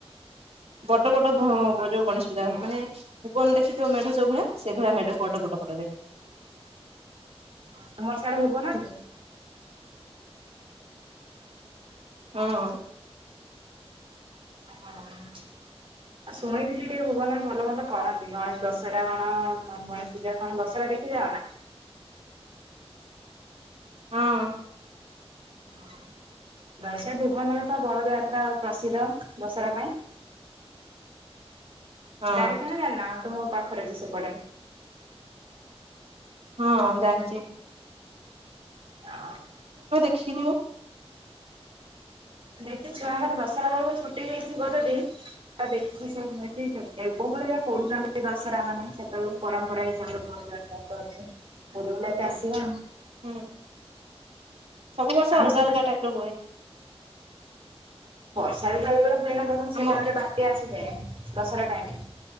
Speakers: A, on the right (about 70°); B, on the right (about 55°).
A: ବଡ ବଡ ଭମ୍ ମୋ ଯୋଉ ଗଣେଶ ପୂଜା ହବ ମାନେ ଭୁବନ ଦେଖିଥିବ ମେଢ ଯୋଉ ଭଳିଆ ସେଇଭଳିଆ ମେଢକୁ ବଡ ବଡ କରାଯାଏ।
B: ତୁମର ସିଆଡେ ଭୁବନ ହେଲେ
A: ହୁଁ।
B: ହଁ ହଁ। ଆଉ ଶୁଣିଥିଲି ଟିକେ ଭୁବନରେ ଭଲ ଭଲ କରନ୍ତି। ଗଣେଶ ଦଶରା କଣ, ଗଣେଶ ପୂଜା କଣ, ଦଶରା ଟିକେ ସେଠି ଯାଅନା?
A: <inaudible> ହଁ।
B: ହଁ। ବା ସେ ଭୁବନରେ ତ ବଳଦ ଯାତ୍ରା ପ୍ରସିଦ୍ଧ, ଦଶରା ପାଇଁ।
A: ହଁ
B: ଜାଣିଛ ନା ଜାଣିନ? ତ ମୋ ପାଖରେ ବି ସେପଟେ।
A: ହଁ ହଁ ଜାଣିଚି।
B: ଆ
A: <unintelligible>
B: ଦେଖି ଛୁଆଙ୍କର ଦଶହରା ବେଳକୁ ଛୁଟି ହେଇଥିବ ଯଦି ଦେଖିକି ସେ ଜିନଷ କୋଉ ଭଳିଆ କରୁଛନ୍ତି ଦଶହରା ମାନେ ସେତେବେଳୁକୁ ପରମ୍ପରା ହିସାବରେ କରୁ ବୁଲି ବୁଲାକି ଆସିବ ଆଉ।
A: ହୁଁ। ସବୁ ବର୍ଷ
B: ଆମ
A: ଅଲଗା
B: ସହିତ
A: ଅଲଗା ଟାଇପର ହୁଏ।
B: ସାଢେ ଖାଇଲା ବେଳେ ହୁଏ ନା
A: ଆମ
B: ସେ ଟାଇମରେ ବାତ୍ୟା ଆସିଯାଏ ଦଶରା ଟାଇମରେ